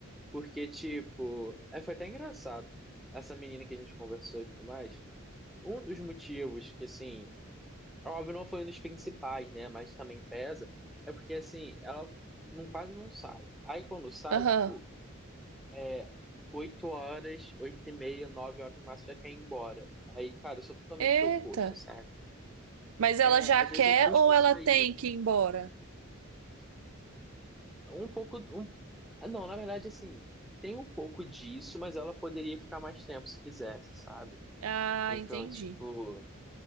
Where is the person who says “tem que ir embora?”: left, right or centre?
Right